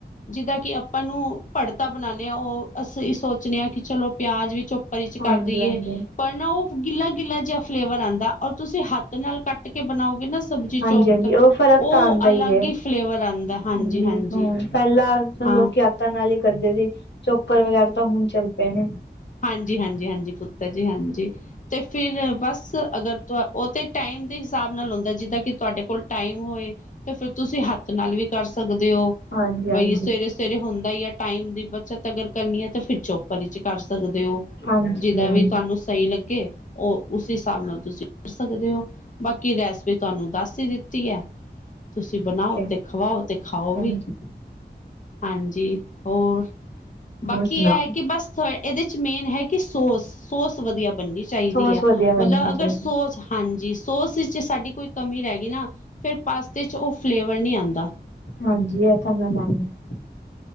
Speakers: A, on the left (about 45°); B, on the left (about 90°).
A: ਜਿੱਦਾਂ ਕਿ ਆਪਾਂ ਨੂੰ ਭੜਤਾ ਬਣਾਦੇ ਹਾਂ ਉਹ ਅਸੀਂ ਸੋਚਣੇ ਹਾਂ ਕਿ ਚਲੋ ਪਿਆਜ ਵਿੱਚ,
B: ਹਾਂਜੀ
A: ਚ ਕਰਦੀਏ
B: ਹਾਂਜੀ ਹਾਂਜੀ
A: ਪਰ ਨਾ ਉਹ ਗਿੱਲਾ ਗਿੱਲਾ ਜੇ, ਫਲੇਵਰ ਆਦਾ ਔਰ ਤੁਸੀਂ ਹੱਥ ਨਾਲ ਕੱਟ ਕੇ ਬਣਾਓਗੇ ਨਾ, ਸਬਜ਼ੀ
B: ਹਾਂਜੀ-ਹਾਂਜੀ
A: ਚੋਪ
B: ਉਹ ਫ਼ਰਕ
A: ਉਹ
B: ਤਾਂ ਆਦਾ
A: ਅਲੱਗ
B: ਹੀ ਹੈ ਹਾਂਜੀ
A: ਫਲੇਵਰ ਆਂਦਾ ਹਾਂਜੀ-ਹਾਂਜੀ।
B: ਹ ਪਹਿਲਾਂ ਮਤਲਬ,
A: ਹਾਂ,
B: ਲੋਕ ਯਾਤਾਂ ਨਾਲ ਹੀ ਕਰਦੇ ਸੀ ਚੋਪਰ ਵਗੈਰਾ ਤਾਂ ਹੁਣ ਚੱਲ ਪਏ ਨੇ,
A: ਹਾਂਜੀ-ਹਾਂਜੀ-ਹਾਂਜੀ ਪੁੱਤਰ ਜੀ ਹਾਂਜੀ। ਤੇ ਫਿਰ ਬਸ ਅਗਰ ਉਹ ਤੇ ਟਾਈਮ ਦੇ ਹਿਸਾਬ ਨਾਲ ਹੁੰਦਾ ਜਿੱਦਾਂ, ਕਿ ਤੁਹਾਡੇ ਕੋਲ ਟਾਈਮ ਹੋਏ ਤੇ ਫਰ ਤੁਸੀਂ ਹੱਥ ਨਾਲ ਵੀ ਕਰ ਸਕਦੇ ਹੋ। ਉਹ
B: ਹਾਂਜੀ ਹਾਂਜੀ
A: ਬਈ ਸਵੇਰੇ ਸਵੇਰੇ ਹੁੰਦੇ। ਟਾਈਮ ਦੀ ਬੱਚਤ ਅਗਰ ਕਰਨੀ ਹੈ ਤਾਂ ਫਿਰ ਚੋਪਰ ਚ ਕਰ, ਸਕਦੇ ਹੋ
B: ਹਾਂਜੀ
A: ਜਿਦਾਂ
B: ਹਾਂਜੀ
A: ਵੀ ਤੁਹਾਨੂੰ ਸਹੀ ਲੱਗੇ। ਉਹ ਉਸ ਹਿਸਾਬ ਨਾਲ ਤੁਸੀਂ ਕਰ ਸਕਦੇ ਹੋ ਬਾਕੀ ਰੈਸ ਵਿੱਚ, ਤੁਹਾਨੂੰ ਦੱਸ ਹੀ ਦਿੱਤੀ ਹੈ ਤੁਸੀਂ ਬਣਾਓ
B: ਠੀਕ ਹੈ
A: ਤੇ ਖਵਾਓ ਤੇ ਖਾਓ
B: ਹਾਂਜੀ
A: ਵੀ, ਹਾਂਜੀ ਹੋਰ ਬਾਕੀ
B: ਹੋਰ ਸੁਣਾਓ
A: ਇਹ ਕਿ ਬਸ, ਇਹਦੇ ਚ ਮੇਨ ਹੈ ਕਿ ਸੋਸ ਸੋਸ ਵਧੀਆ ਬਣਨੀ ਚਾਹੀਦੀ
B: ਸੋਸ
A: ਹੈ
B: ਵਧੀਆ ਬਣਨੀ
A: ਮਤਲਬ ਅਗਰ
B: ਚਾਹੀਦੀ
A: ਸੋਸ ਹਾਂਜੀ। ਸੋਸ ਚ ਸਾਡੀ ਕੋਈ ਕਮੀ ਰਹਿ ਗਈ ਨਾ ਫੇਰ ਪਾਸਤੇ ਚ ਉਹ ਫਲੇਵਰ ਨਹੀਂ ਆਦਾ।
B: ਹਾਂਜੀ ਇਹ ਤਾਂ ਮੈਂ ਲਾਈ ਆ।